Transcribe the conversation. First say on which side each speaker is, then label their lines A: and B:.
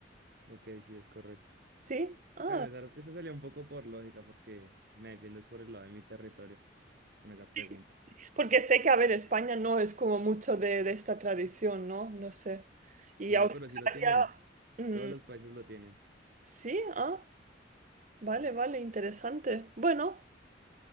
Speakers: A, on the right; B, on the right.
A: ok sí es correcto.
B: ¿Sí? Ah,
A: Bueno, esta, esta salía un poco por lógica porque me defiendo es por el lado de mi territorio con esa pregunta.
B: sí. sí. Porque sé que, a ver, España no es como mucho de, de esta tradición, ¿no? No sé. Y
A: No,
B: Australia,
A: pero sí lo tienen.
B: mm,
A: Todos los países lo tienen.
B: sí, ah, vale, vale, interesante. Bueno.